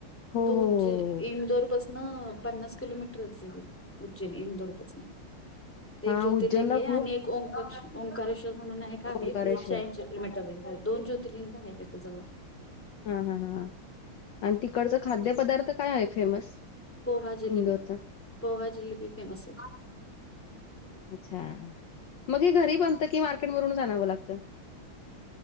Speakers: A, on the left (about 65°); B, in the centre.
A: हो,
B: तू
A: हो,
B: उज्जैन
A: हो, हो, हो.
B: इंदोरपसन पन्नास किलोमीटरच आहे उज्जैन. इंदोरपसन
A: हां,
B: एक ज्योतिर्लिंगे
A: उज्जैनला
B: आहे
A: खूप
B: आणि एक ओंकारेष ओंकारेश म्हणून एक आहे,
A: ओंकारेश्वर.
B: ते एकशेऐंशी किलोमीटर आहे, दोन ज्योतर्लिंग आहे त्याच्याजवळ.
A: हा, हा, हा आन तिकडंच खाद्य पदार्थ तर काय आहे फेमस
B: पोहा जिलेबी
A: इंदोरच?
B: पोहा जिलेबी फेमस आहे
A: अच्छा, मग हे घरी बनत की मार्केट वरूनच आणावं लागतं?